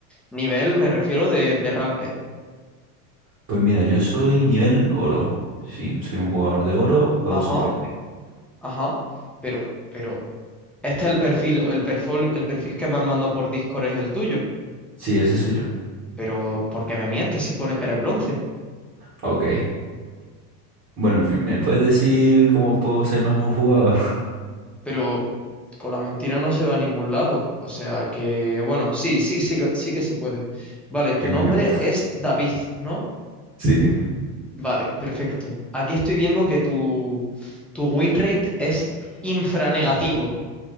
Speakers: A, in the centre; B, on the right (about 35°).
A: Nivel me refiero de, de ranked.
B: Pues mira, yo soy nivel oro, ¿sí? Soy un jugador de oro, juego
A: Ajá,
B: soporte.
A: ajá. Pero, pero, este es el perfil, el perfil, el perfil que me han mandado por Discord es el tuyo.
B: Sí, ese soy yo.
A: Pero, ¿por qué me mientes si pone que eres bronce?
B: Ok. Bueno, en fin, ¿me puedes decir cómo puedo ser mejor jugador? <laughs>
A: Pero con la mentira no se va a ningún lado. O sea que, bueno, sí, sí, sí, que- sí que se puede. Vale, tu
B: Venga,
A: nombre
B: venga.
A: es David, ¿no?
B: Sí.
A: Vale, perfecto. Aquí estoy viendo que tu, tu win rate es infranegativo.